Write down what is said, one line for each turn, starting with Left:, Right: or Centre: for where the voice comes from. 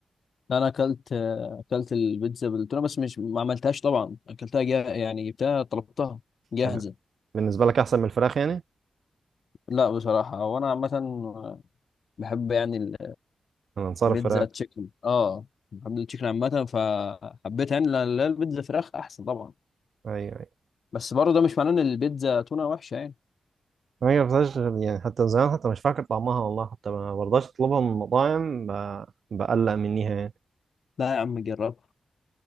Left: انا اكلت آه، اكلت البيتزا بالتونه بس مش ما عملتهاش طبعا اكلتها جا... يعني جبتها طلبتها جاهزه
Right: ده بالنسبه لك احسن من الفراخ يعني
Left: لا بصراحه وانا عامه آه، بحب يعني
Right: انا انصار
Left: البيتزا
Right: الفراخ
Left: تشيكن اه بحب التشيكن عامه فحبيت يعني لا لا البيتزا فراخ احسن طبعا
Right: ايوه ايوه
Left: بس برضه ده مش معناه ان البيتزا تونه وحشه يعني
Right: ما جربتهاش يعني حتى من زمان حتى مش فاكر طعمها والله حتى ما برضاش اطلبها من المطاعم ب... بقلق منيها يعني
Left: لا يا عم جرب